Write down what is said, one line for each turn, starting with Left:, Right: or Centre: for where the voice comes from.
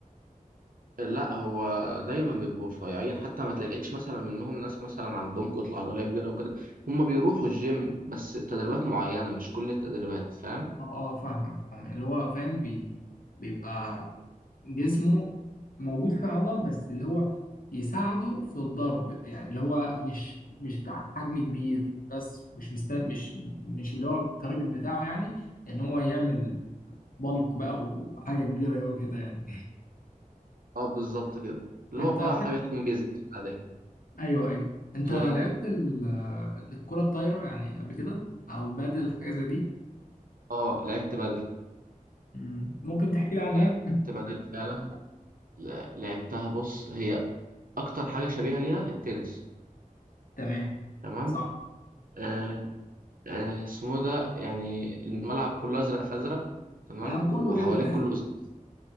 Right: لا هو دايما بيبقوا رفيعين حتى ما تلاقيش مثلا منهم ناس مثلا عندهم كتلة عضلية كبيرة وكده هم بيروحوا الجيم بس تدريبات معينة مش كل التدريبات فاهم
Left: اه اه فاهمك فاهم اللي هو فاهم بي بيبقى جسمه موجود فيه عضل بس اللي هو يساعده في الضرب يعني اللي هو مش مش حجم كبير بس مش مست مش مش اللي هو التارجت بتاعه يعني ان هو يعمل بلق بقى وحاجه كبيره قوي كده يعني
Right: اه بالظبط كده اللي
Left: <laughs> انت
Right: هو
Left: لعبت
Right: حاجات تكون بيزك عادية
Left: ايوه ايوه انت
Right: كنت
Left: لعبت
Right: بقول انا
Left: ال- الكره الطايره يعني قبل كده او بادل حاجه زي دي
Right: اه لعبت بدل
Left: مم. ممكن تحكي لي عنها
Right: لعبت بدل فعلا ل- لعبتها بص هي اكتر حاجة شبيهة ليها التنس
Left: تمام
Right: تمام
Left: صح
Right: آه آه اسمه ده يعني الملعب كله ازرق فازرق تمام
Left: ما هو كله
Right: وحواليك
Left: كده
Right: كله ازاز